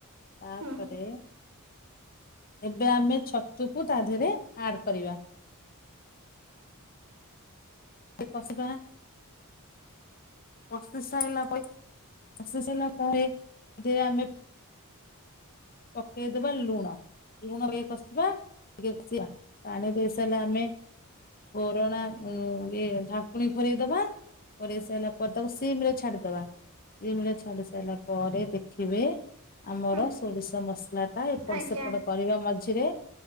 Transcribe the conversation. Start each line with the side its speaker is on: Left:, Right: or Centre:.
Left: ତାପରେ
Right: ହୁଁ
Left: ଏବେ ଆମେ ଛତୁକୁ ତା ଧିଅରେ ଆଡ କରିବା। କସିବା। କଷି ସାରିଲା ପରେ କଷି ସାରିଲା ପରେ ସେଥିରେ ଆମେ ପକେଇ ଦବା ଲୁଣ। ଲୁଣଦେଇ କଷିବା ଟିକେ କସିବା ପାଣି ଦେଇ ସାରିଲେ ଆମେ କୋରଣା ଏ ଢାକୁଣୀ ଘୋରେଇଦବା। ଘୋରେଇ ସାରିଲା ପରେ ତାକୁ ସିମରେ ଛାଡିଦବା। ସିମ୍ରେ ଛାଡି ସାରିଲା ପରେ ଦେଖିବେ ଆମର
Right: ହୁଁ
Left: ସୋରିଷ ମସଲା ଟା ଏପଟ
Right: ଆଜ୍ଞା
Left: ସେପଟ କରିବା ମଝିରେ।